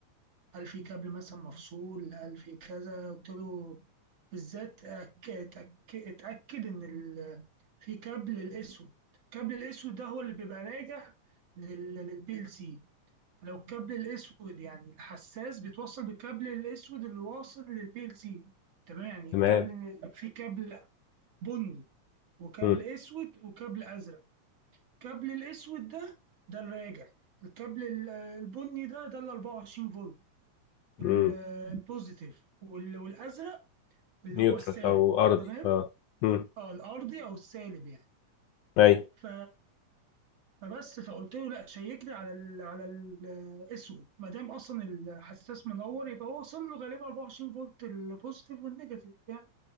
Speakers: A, on the right; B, on the left.
A: قال في كابل مثلا مفصول قال في كذا قلت له بالذات أك- أتأك- اتأكد إن ال- في كابل الأسود الكابل الأسود ده هو اللي بيبقى راجع للبي ال سي لو الكابل الأسود يعني الحساس بيتوصل بالكابل الأسود اللي واصل للبي ال سي تمام يعني
B: تمام
A: كابل في كابل بني وكابل
B: مم،
A: أسود وكابل أزرق الكابل الأسود ده ده الراجع الكابل ال- البني ده ده ال 24 فولت
B: مم.
A: ال- البوزيتيف وال- والازرق اللي
B: نيوترال
A: هو السالب
B: او ارضي
A: تمام
B: اه مم.
A: اه الارضي او السالب يعني
B: اي
A: ف فبس فقلت له لا شيكني على ال على الاسود ما دام اصلا الحساس منور يبقى هو وصل له غالبا 24 فولت البوزيتيف والنيجاتيف يعني